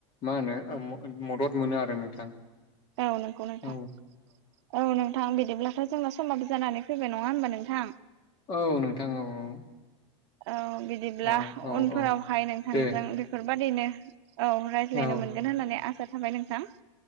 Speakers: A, on the left (about 30°); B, on the right (about 60°).
A: मा होनो ओ म-मदद मोनो आरो नोंथां।
B: औ नंगौ नोंथां
A: औ
B: औ नोंथां बिदिब्ला ओमफ्राय जोंनाा समाबो जानानै फैबाय नङा होमबा नोंथां।
A: औ नोंथां औ औ।
B: औ बिदिब्ला
A: औ औ
B: उनफोरावहाय
A: औ
B: नोंथांजों
A: दे
B: बेफोरबायदिनो औ रायज्लायनो
A: औ
B: मोनगोन होननानै आसा थाबाय नोंथां।